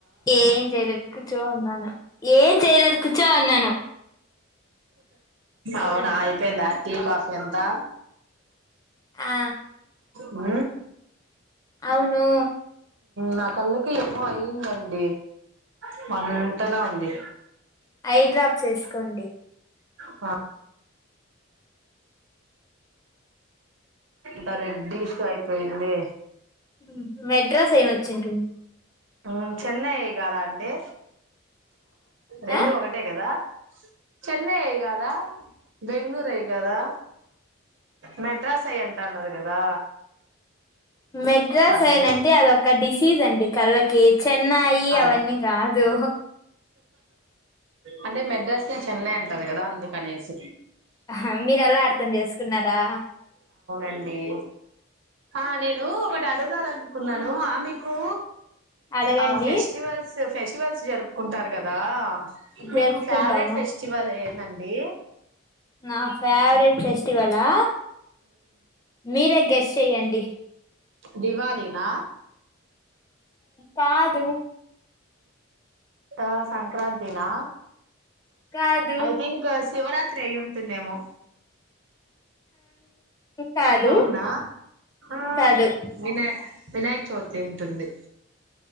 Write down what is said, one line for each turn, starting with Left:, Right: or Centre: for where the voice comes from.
Left: ఏం జెయ్ లేదు కు చ్చో వున్నాను ఏం చెయలేదు కూర్చో ఉన్నాను
Right: అవునా అయిపోయిందా టీ కాఫీ అంతా
Left: ఆ
Right: ఊ
Left: ఔనా
Right: నా కళ్ళకి ఎమో అయ్యిందండి మంతగా ఉంది
Left: ఐ డ్రాప్ ఏస్కోండి
Right: ఆ ద రెడ్డిస్ అయిపోయింది
Left: ఉమ్ మెడ్రాస్ ఐ నొచ్చింటుంది
Right: ఆ చెన్నై గాదా అండి రెండూ
Left: ఆ
Right: ఒకటే గదా చెన్నై దా బెంగళూరుగదా మెడ్రాస్ ఐ అంటాన్నారు కదా
Left: మెడ్రాస్
Right: అందుకు
Left: అయిన అంటే అద ఒక డిసీజ్ అండి కళ్ళకి చెన్నయి
Right: అదే
Left: అవన్నీ కాదు
Right: అంటే మెడ్రాస్ న చెన్నై అంటారు కదా అందుకనేసి
Left: ఆ మీర ఎలా అర్థం చేసుకున్నారా
Right: అండి ఆ నేను ఒక ఆడు కాాల అనుకున్నాను ఆ మీకు
Left: అడగండి
Right: ఆ ఫెస్టివల్స్ ఫెస్టివల్స్ జరుపుకుంటారు కదా మీకు
Left: జరుపుకుంటాము
Right: ఫేవరెట్ ఫెస్టివల్ ఏ అండీ
Left: నా ఫేవరెట్ ఫెస్టివలా మీరే గెస్ చెయ్యండి
Right: దివాళినా
Left: కాదు
Right: ఆ సంక్రాంతినా
Left: కాదు
Right: ఐథింక్ శివరాత్రి అయ్యి టుందేమో
Left: కాదు
Right: అవునా ఆ
Left: కాదు
Right: వినాయ వినాయక చవితి ఉంటుంది.